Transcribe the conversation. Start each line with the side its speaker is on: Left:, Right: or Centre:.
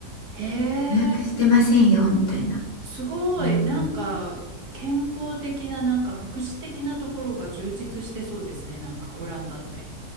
Right: へえ、
Left: 予約してませんよ、みたいな。
Right: すごい。
Left: うん
Right: なんか、健康的な、なんか福祉的なところが充実してそうですね、なんかオランダって。